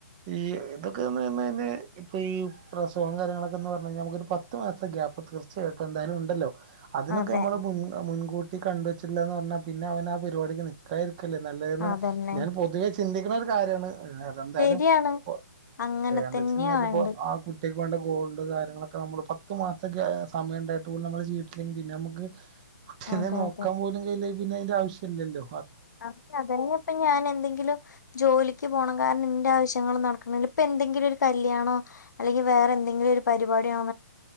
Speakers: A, on the right (about 30°); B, on the left (about 75°).
A: ഈ ഇതൊക്കെ ന്ന ന്നയ് ഇപ്പൊ ഈ പ്രസവം കാര്യങ്ങളൊക്കെ നോ പർനയ്ഞ്ഞാ അമുക്ക് ഒരു പത്ത് മാസ്ത്ത ഗാപ്പ് തീർച്ചയായ്ട്ടും എന്താലും ഉണ്ടല്ലോ അതിനൊക്കെ
B: അതെ
A: നമ്മള് മുൻ മുൻകൂട്ടി കണ്ടുവെച്ചില്ലന്ന് പറഞ്ഞാൽ പിന്നെ അവൻ ആ പരിപാടിക്ക് നിക്കാരുന്നു നല്ലാണ്
B: അതന്നെ
A: ഞാൻ പൊതുവേ ചിന്തിക്കണ ഒരു കാര്യമാണ്തെന്തായാലും
B: ശരിയാണ്
A: ഇ
B: അങ്ങനെ
A: അതെ എന്താ
B: തന്നെയാ
A: വെച്ച കഴിഞ്ഞാപ്പോ
B: വേണ്ടത്
A: ആ കുട്ടി ഒേക്ക് വേണ്ട ഗോൾഡ് കാര്യങ്ങളൊക്കെ നമ്മള് പത്ത് മാസ സമയം ഉണ്ടായിട്ട് പോലെ നമ്മള് ചെയീട്ടില്ലെങ്കിൽ പിന്നെ നമുക്ക് കുട്ടീനെ
B: അതെ
A: നോക്കാൻ
B: അതെ
A: പോലും കയ്യില്ലേ പിന്നെ അതിന്റെ ആവശ്യമല്ലല്ലോ
B: അതെ അതന്നെ ഇപ്പ ഞാൻ എന്തെങ്കിലും ജോലിക്ക് പോണം കാര എന്റെ ആവശ്യങ്ങൾ നടക്കണങ്ക ഇപ്പപ്പോ എങ്കിലും ഒരു കല്യാണോ വേറെ എന്തെങ്കിലും ഒരു പരിപാടാണോ